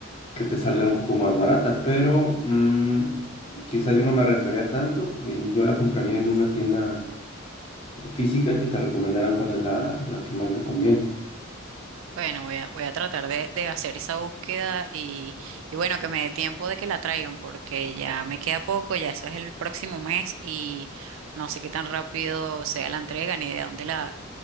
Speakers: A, on the left; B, on the right.
A: que te salga un poco más barata, pero mm, quizás yo no me arriesgaría tanto y yo la compraría en una tienda eh, física que te recomendaran cuál es la, la que más le conviene.
B: Bueno, voy a, voy a tratar de, de hacer esa búsqueda y, y bueno, que me dé tiempo de que la traigan porque ya me queda poco, ya eso es el próximo mes y no sé qué tan rápido sea la entrega ni de dónde la,